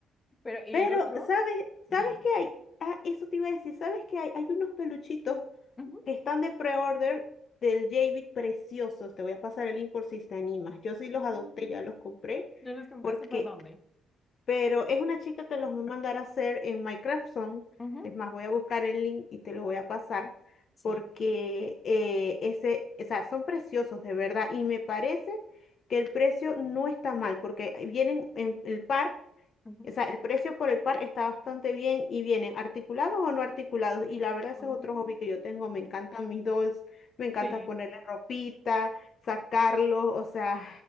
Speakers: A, on the left; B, on the left.
A: pero y
B: Pero,
A: el otro,
B: ¿sabes,
A: dime.
B: sabes qué hay? Ah, eso te iba a decir, ¿sabes qué hay? Hay unos peluchitos
A: Ujú.
B: que están de pre-order del JB preciosos. Te voy a pasar el link por si te animas. Yo sí los
A: Mm,
B: adopté, ya los compré,
A: ¿Yo los compraste
B: porque
A: por dónde?
B: Pero es una chica que los voy a mandar a hacer en Minecraft Zone.
A: Ujú,
B: Es más, voy a buscar el link y te lo voy a pasar
A: Sí.
B: porque eh, ese, o sea, son preciosos de verdad y me parece que el precio no está mal porque vienen en el par,
A: Ujú.
B: o sea, el precio por el par está bastante bien y vienen articulados o no articulados y la verdad ese
A: Oh,
B: es otro hobby que yo tengo. Me encantan mis dolls, me encanta
A: sí.
B: ponerle ropita, sacarlos,
A: Ah,
B: o sea,